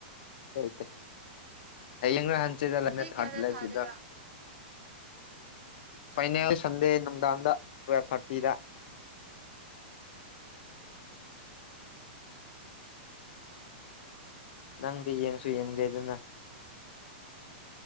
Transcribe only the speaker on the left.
ꯇꯦ ꯍꯌꯦꯡꯅ ꯍꯟꯁꯤꯔ ꯂꯅꯦ
ꯊꯔꯠ
ꯂꯥꯏꯐꯁꯤꯗ
ꯐꯥꯏꯅꯦꯜ
ꯁꯟꯗꯦ ꯅꯨꯡꯗꯥꯡꯗ ꯇꯨꯋꯦꯜꯐ ꯊꯥꯔꯇꯤꯗ
ꯅꯪꯗꯤ ꯌꯦꯡꯁꯨ ꯌꯦꯡꯗꯦ ꯑꯗꯨꯅ